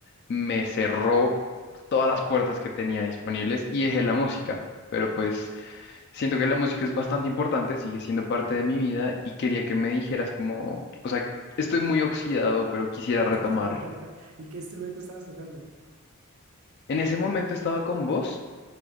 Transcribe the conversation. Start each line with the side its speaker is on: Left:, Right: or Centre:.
Left: me cerró todas las puertas que tenía disponibles y dejé la música. Pero pues siento que la música es bastante importante, sigue siendo parte de mi vida y quería que me dijeras como, o sea, estoy muy oxidado, pero quisiera retomar.
Right: <laughs> ¿Y qué instrumento estabas tocando?
Left: En ese momento estaba con vos,